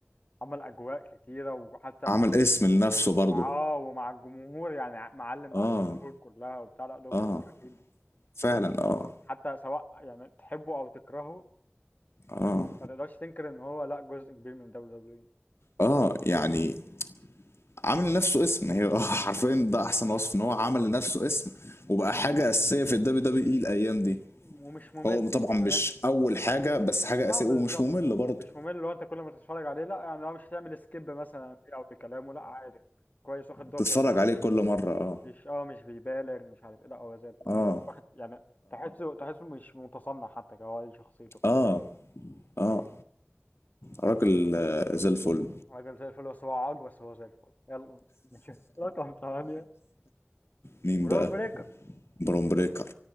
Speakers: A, on the left; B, on the left.
A: عمل اجواء كتيرة وحتى
B: عمل
A: مع
B: اسم لنفسه برضه
A: اه ومع الجمهور يعني معلم مع
B: اه
A: الجمهور كلها وبتاع لا دومينيك
B: اه
A: اكيد
B: فعلا اه
A: حتى سواء يعني تحبه او تكرهه
B: اه
A: ما تقدرش تنكر ان هو لا جزء كبير من دبليو دبليو
B: اه يعني عمل لنفسه اسم هي <laughs> آه، حرفيا ده احسن وصف ان هو عمل لنفسه اسم وبقى حاجه اساسيه في الدبليو دبليو اي الايام دي
A: ومش ممل
B: هو طبعا مش
A: فاهم
B: اول حاجه بس حاجه اساسيه
A: اه بالظبط
B: ومش ممل برضه
A: مش ممل لو انت كل ما تتفرج عليه لا يعني لو مش هتعمل سكيب مثلا فيه او في كلامه لا عادي كويس واخد دور
B: تتفرج
A: حلو
B: عليه كل مره اه
A: مش اه مش بيبالغ مش عارف ايه لا هو زي الفل
B: اه
A: واخد يعني تحسه تحسه مش متصنع حتى هو دي شخصيته فاهم؟
B: اه اه راجل آه، زي الفل
A: راجل زي الفل بس هو عاج بس هو زي الفل يلا <laughs> نشوف رقم ثمانية
B: مين
A: برون
B: بقى
A: بريكر
B: بروم بريكر